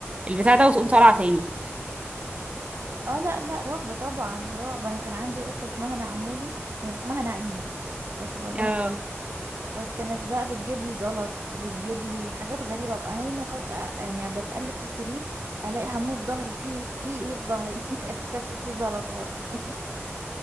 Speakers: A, on the right (about 25°); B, on the right (about 60°).
A: البتاع ده وتقوم طالعه تاني
B: اه لا لا رعب طبعا رعب انا كان عندي قطه اسمها نعمولي يعني اسمها نعيمه بس بقول لها
A: اه
B: نعم. بس كانت بقى بتجيب لي زلط بتجيب لي حاجات غريبه ابقى نايمه فجاه يعني بتقلب في السرير الاقي هموت ظهري في في ايه في ظهري <laughs> اكتشف في زلطات <laughs>